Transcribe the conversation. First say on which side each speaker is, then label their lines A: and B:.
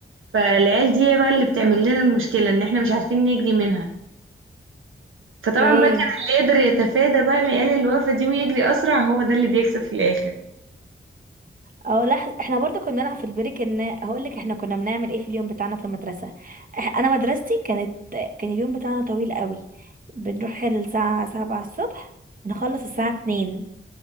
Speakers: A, on the right (about 85°); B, on the right (about 45°).
A: فالعيال دي هي بقى اللي بتعمل لنا المشكلة إن احنا مش عارفين نجري منها فطبعا
B: اوكي
A: بقى كان اللي يقدر يتفادى بقى العيال الوقفة دي ويجري أسرع هو ده اللي بيكسب في الآخر
B: اه لحظة احنا برضو كنا بنلعب في البريك ان هقول لك احنا كنا بنعمل ايه في اليوم بتاعنا في المدرسة إح- انا مدرستي كانت كان اليوم بتاعنا طويل قوي بنروح الساعة سبعة الصبح نخلص الساعة اتنين